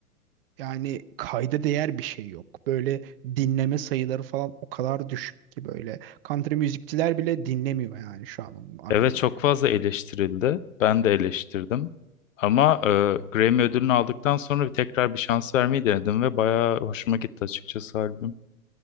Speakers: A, on the right; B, on the left.
A: Yani kayda değer bir şey yok. Böyle dinleme sayıları falan o kadar düşük ki böyle. Country müzikçiler bile dinlemiyor yani şu an onun albümünü.
B: Evet çok fazla eleştirildi. Ben de eleştirdim. Ama e, Grammy ödülünü aldıktan sonra bir tekrar bir şans vermeyi denedim ve bayağı hoşuma gitti açıkçası albüm.